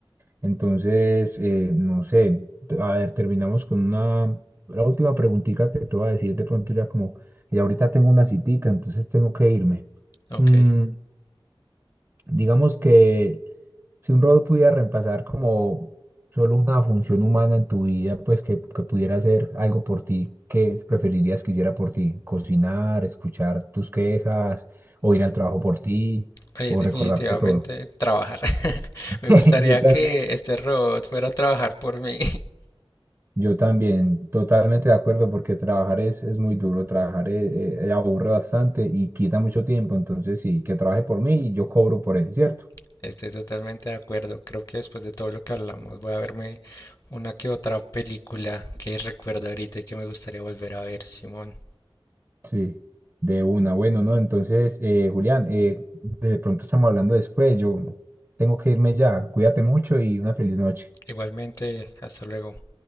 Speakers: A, on the right; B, on the left.
A: Entonces, eh, no sé, t- a ver, terminamos con una, la última preguntita que te voy a decir de pronto ya como, y ahorita tengo una citica, entonces tengo que irme.
B: Ok.
A: Mm, Digamos que si un robot pudiera reemplazar como solo una función humana en tu vida, pues que, que pudiera hacer algo por ti, ¿qué preferirías que hiciera por ti? ¿Cocinar, escuchar tus quejas, o ir al trabajo por ti,
B: Eh,
A: o
B: definitivamente
A: recordarte todo?
B: trabajar. <laughs> Me
A: <laughs>
B: gustaría
A: Yo también.
B: que este robot fuera a trabajar por mí.
A: Yo también, totalmente de acuerdo, porque trabajar es, es muy duro, trabajar eh, eh, aburre bastante y quita mucho tiempo, entonces sí, que trabaje por mí y yo cobro por él, ¿cierto?
B: <laughs> Estoy totalmente de acuerdo. Creo que después de todo lo que hablamos voy a verme una que otra película que recuerdo ahorita y que me gustaría volver a ver, Simón.
A: Sí, de una. Bueno, ¿no? Entonces, eh, Julián, eh, de pronto estamos hablando después. Yo tengo que irme ya. Cuídate mucho y una feliz noche.
B: Igualmente, hasta luego.